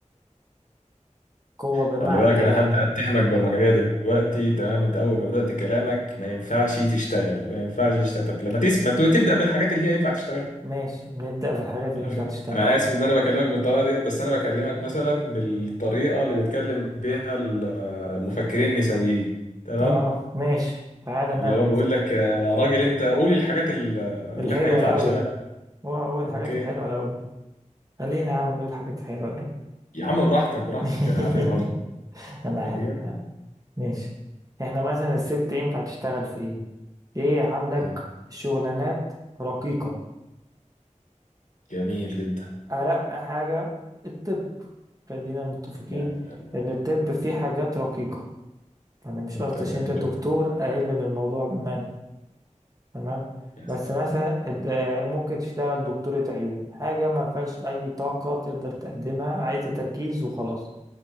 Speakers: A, on the right (about 25°); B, on the left (about 80°).
A: قوة بمعنى
B: خلي بالك
A: إيه؟
B: انا هبدا اتهمك بالرجعيه دلوقتي تمام انت اول ما بدات كلامك ما ينفعش تشتغل ما ينفعش تشتغل طب لما تسمع تو- تبدا بالحاجات اللي هي ينفع تشتغلها
A: ماشي نبدأ في الحاجات اللي
B: عارف
A: ينفع تشتغل
B: انا اسف ان انا بكلمك بالطريقه ديت بس انا بكلمك مثلا بالطريقه اللي بيتكلم بيها ال- المفكرين النسويين تمام
A: آه ماشي تعالى
B: اللي
A: نعمل
B: هو بيقول لك يا راجل انت قولي الحاجات ال-
A: الحلوة
B: اللي احنا ينفع
A: الأول
B: نشتغلها
A: هو هو الحاجات
B: اوكي
A: الحلوة الأول خلينا يا عم نقول الحاجات الحلوة الأول
B: يا عم براحتك براحتك
A: <laughs>
B: انا على فكره بهزر
A: أنا عارف
B: بجد
A: آه، ماشي إحنا مثلا الست ينفع تشتغل في إيه؟ إيه عندك
B: مم.
A: شغلانات رقيقة
B: جميل جدا
A: أرق حاجة الطب خلينا متفقين
B: لا سلام
A: إن الطب فيه حاجات رقيقة أنا مش
B: مم،
A: قصدي
B: تمام
A: عشان أنت
B: يا
A: دكتور
B: جو
A: أقل من الموضوع بأمانة تمام
B: يا
A: بس
B: سلام
A: مثلا الد- آه، ممكن تشتغل دكتورة عيون حاجة ما فيهاش أي طاقة تقدر تقدمها عايزة تركيز وخلاص